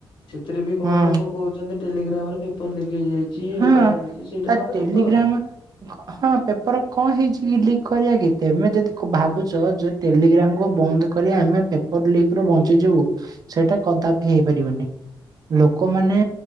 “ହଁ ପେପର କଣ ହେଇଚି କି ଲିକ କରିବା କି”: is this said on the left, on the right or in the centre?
Right